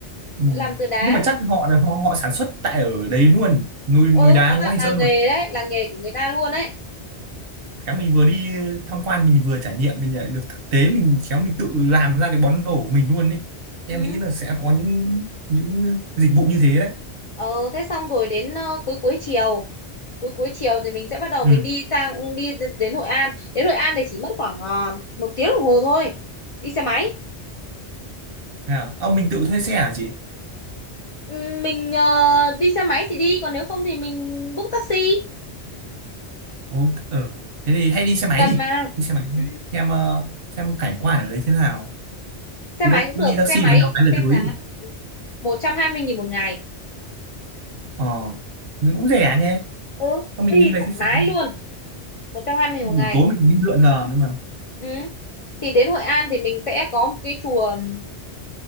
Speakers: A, on the right; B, on the left.
A: Ừ.
B: làm từ đá
A: nhưng mà chắc họ họ họ sản xuất tại ở đấy luôn núi núi
B: ừ
A: đá
B: nó là
A: Ngũ Hành
B: là
A: Sơn
B: nghề
A: luôn
B: đấy là nghề của người ta luôn ấy
A: khéo mình vừa đi tham quan mình vừa trải nghiệm mình lại được thực tế mình khéo mình tự làm ra cái món đồ của mình luôn ấy em
B: ừ
A: nghĩ là sẽ có những những dịch vụ như thế đấy
B: Ờ, thế xong rồi đến ờ, cuối cuối chiều cuối cuối chiều thì mình sẽ bắt đầu
A: ừ
B: mình đi sang đi đến Hội An đến Hội An thì chỉ mất khoảng ờ, một tiếng đồng hồ thôi đi xe máy
A: à, ờ, mình tự thuê xe hả chị
B: Ừ, mình ờ, đi xe máy thì đi còn nếu không thì mình book taxi
A: Ồ, ờ thế thì hay đi xe máy
B: gần
A: đi
B: mà
A: đi xe máy
B: ừ,
A: xem ờ, xem cảnh quan ở đấy thế nào
B: xe
A: Từ
B: máy
A: đó
B: cũng
A: đi
B: được
A: taxi
B: xe máy
A: vào nhiều
B: chị
A: cái là
B: xem
A: tới
B: giá là ừ, một trăm hai mươi nghìn một ngày
A: ờ nó cũng rẻ nhé
B: ừ,
A: Thôi
B: đi
A: mình đi về
B: thoải
A: khách
B: mái
A: sạn
B: luôn một trăm hai mươi nghìn
A: buổi
B: một ngày
A: tối mình cũng đi lượn lờ nữa mà
B: ừ. thì đến Hội An thì mình sẽ có một cái chùa ừ,